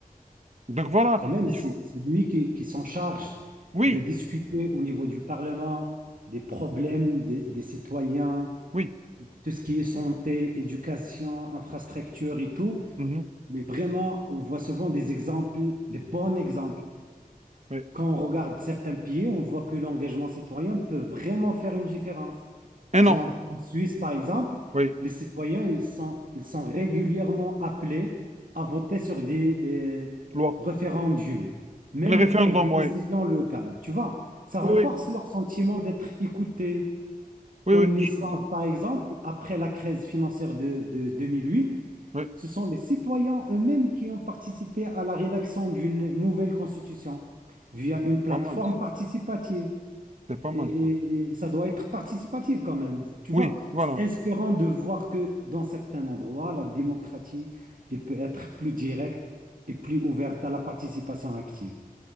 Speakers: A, on the right; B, on the right.
A: Donc voilà,
B: Quand même,
A: il
B: c'est
A: faut...
B: c'est lui qui, qui s'en charge
A: Oui,
B: de discuter au niveau du Parlement des problèmes des, des citoyens,
A: oui,
B: tout ce qui est santé, éducation, infrastructure et tout.
A: mhm,
B: Mais vraiment, on voit souvent des exemples, des bons exemples
A: oui.
B: Quand on regarde certains pays, on voit que l'engagement citoyen peut vraiment faire une différence.
A: Énorme,
B: Genre en Suisse, par exemple,
A: oui,
B: les citoyens, ils sont, ils sont régulièrement appelés à voter sur des euh,
A: loi.
B: référendums, même
A: Les référendums,
B: pour des décisions
A: oui.
B: locales. Tu vois, ça renforce
A: Oui, oui,
B: leur sentiment d'être écoutés.
A: oui,
B: En
A: oui,
B: Islande,
A: je suis content.
B: par exemple, après la crise financière de, de 2008,
A: Oui, c'est
B: ce sont les citoyens eux-mêmes qui ont participé à la rédaction d'une nouvelle constitution via une plateforme
A: pas mal, ça.
B: participative.
A: c'est pas mal,
B: Et, et-
A: ça.
B: et ça doit être participatif quand même, tu
A: Oui,
B: vois.
A: voilà.
B: C'est inspirant de voir que dans certains endroits, la démocratie, elle peut être plus directe et plus ouverte à la participation active.